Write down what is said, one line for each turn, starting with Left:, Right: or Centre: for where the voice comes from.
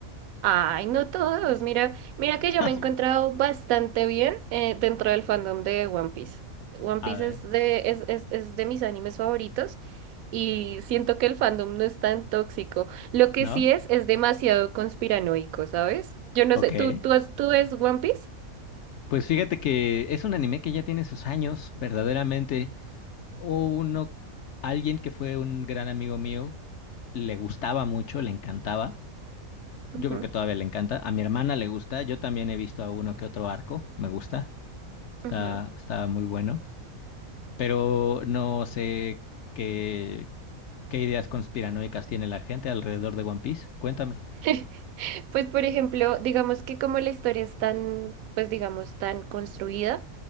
Right: Ay, no todos. Mira, mira que yo
Left: Ay,
Right: me he encontrado bastante bien eh, dentro del fandom de One Piece. One
Left: A
Right: Piece
Left: ver,
Right: es de, es, es, es de mis animes favoritos y siento que el fandom no es tan tóxico. Lo que
Left: ¿no?
Right: sí es, es demasiado conspiranoico, ¿sabes? Yo no
Left: Ok.
Right: sé, ¿tú, tú, has- tú ves One Piece?
Left: Pues fíjate que es un anime que ya tiene sus años, verdaderamente. Uno, alguien que fue un gran amigo mío, le gustaba mucho, le encantaba. Yo
Right: Ujú,
Left: creo que todavía le encanta. A mi hermana le gusta. Yo también he visto a uno que otro arco. Me gusta. Está,
Right: ujú.
Left: está muy bueno. Pero no sé qué, qué ideas conspiranoicas tiene la gente alrededor de One Piece. Cuéntame.
Right: <laughs> Pues, por ejemplo, digamos que como la historia es tan, pues digamos, tan construida